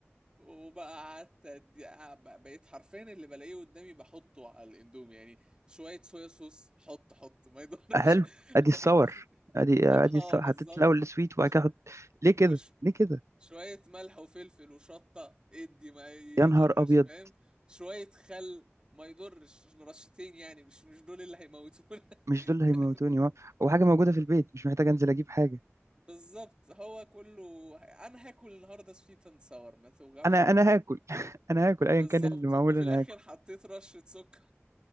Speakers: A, on the right; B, on the right.
A: وبقى قعدت أدي- بق- بقيت حرفيا اللي بلاقيه قدامي بحطه على الاندومي يعني شوية صويا صوص حط حط ما يضرش
B: حلو ادي الصور
A: <laughs>
B: ادي ادي
A: اه
B: الصور.
A: بالظبط
B: حطيت الاول السويت وبعد
A: ش-
B: كده احط ليه كده
A: وش
B: ليه كده
A: شوية ملح وفلفل وشطة ادي ما يضرش
B: يا نهار ابيض
A: فاهم شوية خل ما يضرش رشتين يعني مش مش دول اللي هيموتونا
B: مش دول اللي هيموتوني
A: <laughs>
B: و- وحاجه موجوده في البيت مش محتاج انزل اجيب حاجه
A: بالظبط هو كله انا هاكل النهارده سويت اند ساور ما توجعوش
B: انا
A: دماغي
B: انا هاكل <laughs> انا هاكل ايا
A: بالظبط
B: كان اللي معمول
A: وفي
B: انا
A: الاخر
B: هاكل
A: حطيت رشة سكر